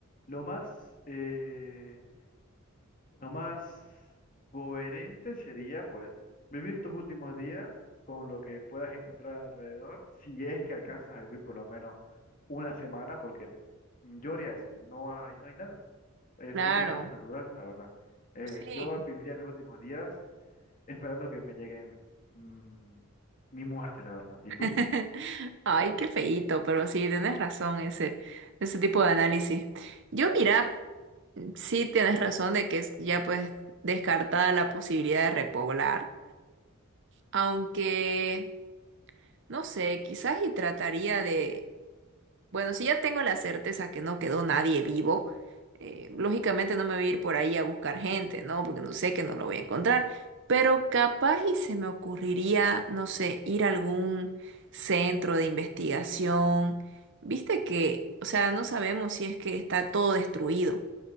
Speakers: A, on the left; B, on the right.
A: lo más, eh, lo más coherente sería pues vivir tus últimos días con lo que puedas encontrar alrededor, si es que alcanzas a vivir por lo menos una semana, porque yo haría eso, no hay, no hay nada. Eh,
B: Claro,
A: fue un desastre natural, la verdad. Eh,
B: sí.
A: yo viviría mis últimos días esperando que me llegue mm, mi muerte, la verdad.
B: <laughs>
A: ¿Y tú?
B: Ay, qué feíto, pero sí, tienes razón ese, ese tipo de análisis. Yo mira, sí tienes razón de que es ya pues descartada la posibilidad de repoblar, aunque, no sé, quizás y trataría de bueno, si ya tengo la certeza que no quedó nadie vivo, eh, lógicamente no me voy a ir por ahí a buscar gente, ¿no? Porque no sé que no lo voy a encontrar. Pero capaz y se me ocurriría, no sé, ir a algún centro de investigación. Viste que, o sea, no sabemos si es que está todo destruido.